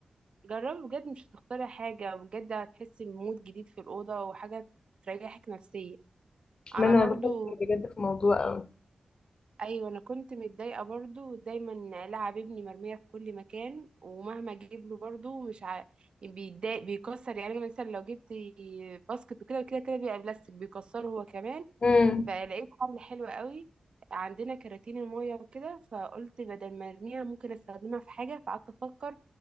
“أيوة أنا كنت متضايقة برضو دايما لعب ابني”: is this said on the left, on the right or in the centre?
Right